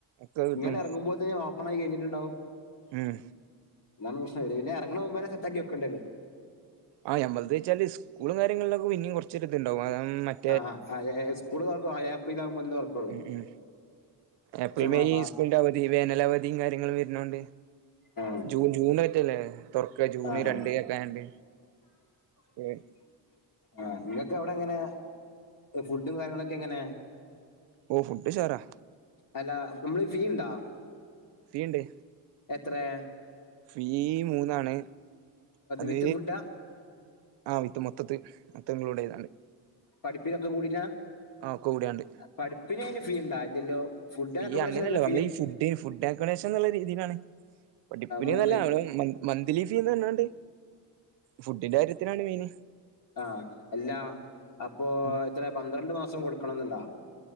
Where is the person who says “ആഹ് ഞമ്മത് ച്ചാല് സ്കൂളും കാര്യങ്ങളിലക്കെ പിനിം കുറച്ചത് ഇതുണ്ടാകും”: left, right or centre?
Right